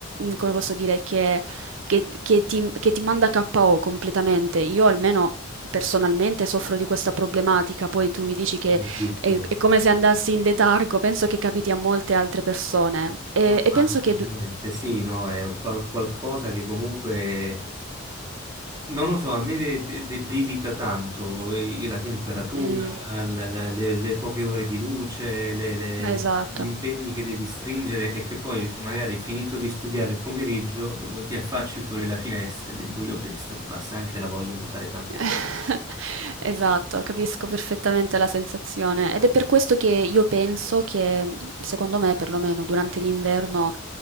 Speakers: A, on the right; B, on the right.
A: come posso dire, che che, che ti, che ti manda KO completamente. Io almeno personalmente soffro di questa problematica, poi tu mi dici che
B: Verissimo.
A: è, è come se andassi in letargo, penso che capiti a molte altre persone e,
B: No,
A: e
B: ma
A: penso
B: assolutamente
A: che... du-
B: sì, no, è qual- qualcosa che comunque Non lo so, a me de- de- debilita tanto eh, la temperatura,
A: Mm,
B: la- la- le, le poche ore di luce, le- le-
A: esatto.
B: gli impegni che devi stringere e che poi magari finito di studiare il pomeriggio ti affacci fuori la finestra ed è buio pesto, ti passa anche la voglia di fare tante
A: <laughs> Esatto, capisco perfettamente la sensazione ed è per questo che io penso che, mh, secondo me, perlomeno durante l'inverno,